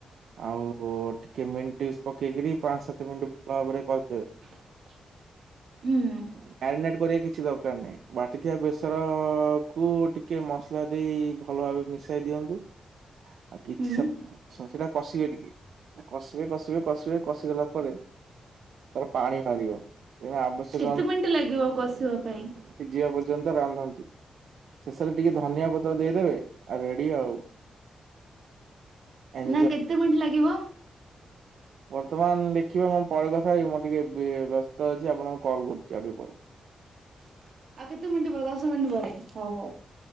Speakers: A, on the right; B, on the right.
A: ଆଉ ଟିକେ ମିନ୍ଟେସ୍ ପକେଇକରି ପାଞ୍ଚ ସାତ ମିନିଟ୍ ଭଲ ଭାବରେ କରିଦେବେ।
B: ହୁଁ।
A: ମ୍ୟାରିନେଟ କରିବା କିଛି ଦରକାର ନାହିଁ ବାଟିଥିବା ବେସର କୁ ଟିକେ ମସ୍ତ ମସଲା ଦେଇ ଭଲ ଭାବେ ମିଶାଇ ଦିଅନ୍ତୁ ଆଉ କିଛି
B: ହୁଁ
A: ସମ ସେଟା କଷିବେ ଟିକେ, କଷିବେ, କଷିବେ, କଷିବେ, କଷିଗଲା ପରେ ତାର ପାଣି ବାହାରିବ ସେ ଆବଶ୍ୟକ
B: କେତେ ମିନିଟ୍
A: ସିଜିବା
B: ଲାଗିବ କଷିବା ପାଇଁ
A: ପ ପର୍ଯ୍ୟନ୍ତ ରାନ୍ଧନ୍ତୁ ଶେଷରେ ଟିକେ ଧ ଧନିଆ ପତ୍ର ଦେଇଦେବେ ଆଉ ରେଡ଼ି ଆଉ। ଏଞ୍ଜୟ
B: ନା କେତେ ମିନିଟ୍ ଲାଗିବ।
A: ବର୍ତ୍ତମାନ ଦେଖିବା ମୁଁ ପରେ କଥା ହେବି ମୁଁ ଟିକେ ବ୍ୟସ୍ତ ଅଛି ଆପଣଙ୍କୁ କଲ କରୁଚି ଆଉ ଟିକେ ପରେ।
B: <inaudible> ଆଉ କେତେ ମିନିଟ୍ ପରେ ଦଶ ମିନିଟ ପରେ ହୋଉ ହଉ